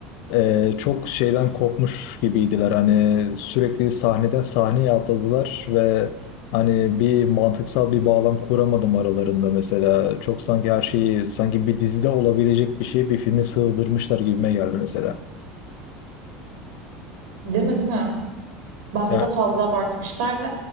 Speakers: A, on the left (about 60°); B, on the right (about 80°).
A: Ee, çok şeyden kopmuş gibiydiler hani sürekli sahneden sahneye atladılar ve hani bir mantıksal bir bağlam kuramadım aralarında mesela çok sanki her şeyi sanki bir dizide olabilecek bir şeyi bir filme sığdırmışlar gibime geldi mesela.
B: Değil mi, değil mi? Bence
A: Yani
B: de fazla abartmışlar ve